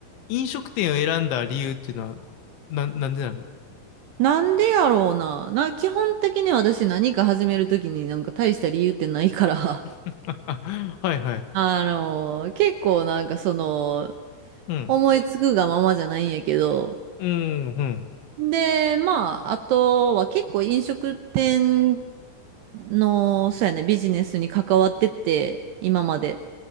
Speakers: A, on the left (about 75°); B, on the right (about 75°).
A: 飲食店を選んだ理由っていうのは、な、なんでなの
B: なんでやろうな。な、基本的に私何か始めるときになんか大した理由ってないから。<laughs>
A: <laughs> はいはい。
B: あのー結構なんかその、
A: うん。
B: 思いつくがままじゃないんやけど。
A: うん、うん。
B: で、まあ、あとは結構飲食店の、そうやね、ビジネスに関わってて、今まで。